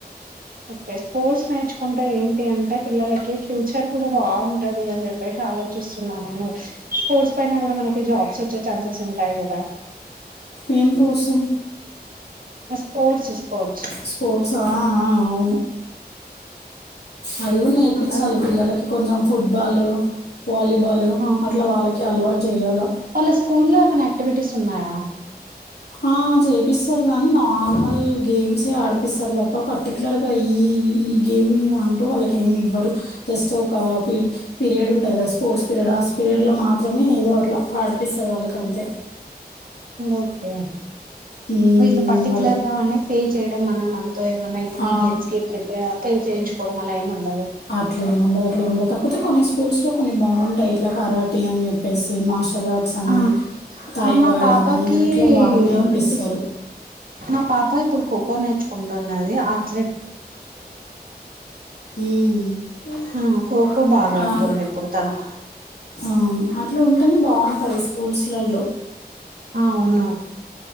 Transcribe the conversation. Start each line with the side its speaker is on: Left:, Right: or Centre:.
Right: ఓకే స్పోర్ట్స్ నేర్చుకుంటే ఏంటి అంటే పిల్లలకి ఫ్యూచర్ కూడా బాగుంటది అని చెప్పేసి ఆలోచిస్తున్నా నేను స్పోర్ట్స్ పైన కూడా మనకి జాబ్స్ వచ్చే ఛాన్సెస్ ఉంటాయి కదా
Left: ఏం కోసం
Right: స్పోర్ట్స్ స్పోర్ట్స్
Left: స్పోర్ట్స్ అవును అది కూడా నేర్పించాలి
Right: అదే
Left: పిల్లలకి కొంచెం ఫుట్బాలు వాలీబాల్
Right: ఆ
Left: అట్లా వాళ్ళకి చాల చేయన
Right: వాళ్ళ స్కూల్లో ఏమైనా యాక్టివిటీస్ ఉన్నాయా
Left: ఆ చేపిస్తారు కానీ నార్మల్ గేమ్సే ఆడిపిస్తారు తప్ప పర్టికులర్గా ఈ ఈ గేమ్ మీద అంటూ వాళ్ళకి ఏమి ఇవ్వరు. జస్ట్ ఒక పి పీరియడ్ ఉంటది కదా స్పోర్ట్స్ పీరియడ్ ఆస్ పీరియడ్లో మాత్రమే ఏదో అట్లా ఆడిపిస్తారు వాళ్ళకి అంతే
Right: ఓకే
Left: హ్మ్.
Right: వీళ్ళ పర్టికులర్
Left: వాళ్ళకి
Right: గా అన్న పే చేయడం మన మనతో ఏమన్నా ఇప్పుడు
Left: ఆ!
Right: ఈ గేమ్స్ గ ప్రిప పే చేయించుకోవడం అలా ఏమండవు
Left: అట్లేముండదు, అట్లేముండదు. కాకపోతే కొన్ని స్కూల్స్ లో కొన్ని బాగుంటాయి ఇట్లా కరాటి అని చెప్పి పేసి మార్షల్ ఆర్ట్ అ
Right: ఆ
Left: తైవాడ్
Right: ఆ మా పాపకి
Left: అని ఇట్లా బాగా నేర్
Right: ఉంది
Left: ఇస్తారు
Right: మా పాప ఇప్పుడు కోకో నేర్చుకుంటున్నది అది
Left: మ్మ్ మ్మ్
Right: ఆ ఖోఖో బాగా ఆడుతుంది ఇప్పుడు తను
Left: అవును అట్లా ఉంటేనే బాగుంటది స్కు స్కూల్స్లలో
Right: ఆ అవును